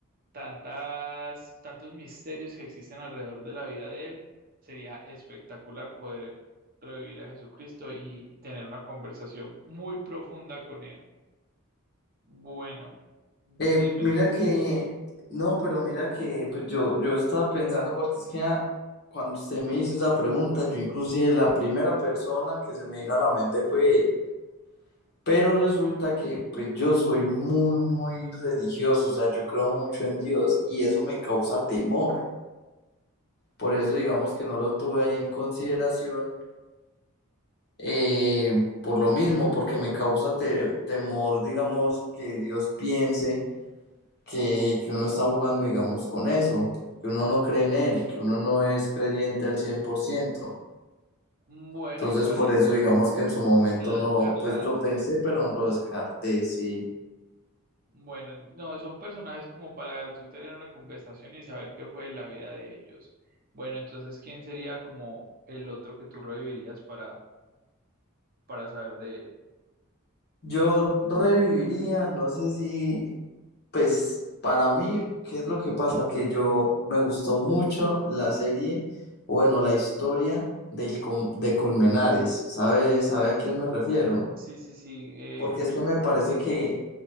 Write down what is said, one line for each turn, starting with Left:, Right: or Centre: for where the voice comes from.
Right: tantas, tantos misterios que existen alrededor de la vida de él. Sería espectacular poder revivir a Jesucristo y tener una conversación muy profunda con él. Bueno, dime
Left: Eh, mira
Right: tú
Left: que,
Right: otro.
Left: no, pero mira que pues yo, yo estaba pensando porque es que ah, cuando usted me hizo esa pregunta, yo inclusive la primera persona que se me vino a la mente fue él. Pero resulta que pues yo soy muy, muy religioso, o sea, yo creo mucho en Dios y eso me causa temor. Por
Right: Ok.
Left: eso digamos que no lo tuve ahí en consideración, eh, por lo mismo, porque me causa te- temor, digamos, que Dios piense que, que uno está jugando, digamos, con eso, que uno no cree en Él, que uno no es creyente al cien por ciento
Right: Bueno,
Left: Entonces,
Right: igual
Left: por
Right: eso
Left: eso digamos que en su momento
Right: lo
Left: no,
Right: descartaste.
Left: pues lo pensé, pero lo descarté, sí.
Right: Bueno, no, son personajes como para tú tener una conversación y saber qué fue de la vida de ellos. Bueno, entonces, ¿quién sería como el otro que tú revivirías para, para saber de él?
Left: Yo reviviría, no sé si, pues para mí, ¿qué es lo que pasa? Que yo me gustó mucho la serie, bueno, la historia del Com- de Colmenares, ¿sabe, sabe a quién me refiero?
Right: Sí, sí, sí, eh,
Left: Porque
Right: Luis.
Left: es que me parece que,